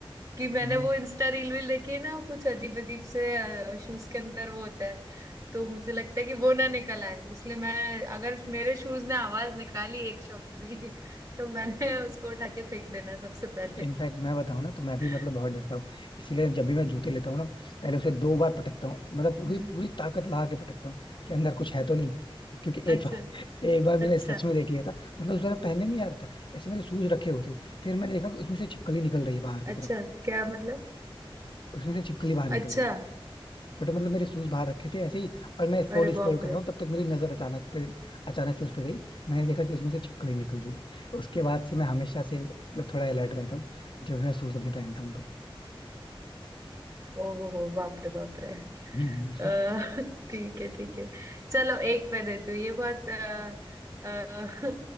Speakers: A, on the right (about 35°); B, on the left (about 60°).
A: कि मैंने
B: हम्म।
A: वो इंस्टा रील वील देखी है ना कुछ अजीब अजीब से शूज के अंदर वो होता है तो मुझे लगता है कि वो ना निकल आए इसलिए मैं अगर मेरे शूज ने आवाज निकाली एक शब्द भी <laughs> तो मैंने उसको उठा के फेंक देना सबसे पहले
B: इनफैक्ट मैं बताऊं ना तो मैं भी
A: <laughs>
B: मतलब बहुत डरता हूँ इसीलिए जब भी मैं जूते लेता हूँ ना पहले उसे दो बार पटकता हूँ मतलब पूरी
A: हम्म
B: पूरी ताकत लगा के पटकता हूँ कि अंदर कुछ है तो नहीं क्योंकि एक
A: अच्छा
B: बार <laughs> एक बार मैंने
A: अच्छा
B: सच में देख लिया था मतलब उस बार मैं पहनने नहीं आ रहा था ऐसे मेरे शूज रखे हुए थे फिर मैंने देखा कि उसमें से छिपकली निकल रही है बाहर की तरफ
A: अच्छा क्या मतलब
B: उसमें से छिपकली बाहर निकल
A: अच्छा
B: रही थी बट मतलब मेरे शूज बाहर रखे थे ऐसे ही और मैं फोन
A: अरे बाप
B: स्क्रॉल कर
A: रे
B: रहा हूँ तब तक मेरी नजर अचानक पे अचानक से उस पे गई मैंने देखा कि उसमें से छिपकली निकल रही है उसके बाद से मैं हमेशा से मतलब थोड़ा अलर्ट रहता हूँ जब मैं शूज अपने पहनता हूँ तो <laughs>
A: ओ हो हो बाप रे बाप रे
B: हम्म,
A: अ, ठीक है ठीक है चलो एक मैं देती हूँ ये बहुत अ, अ,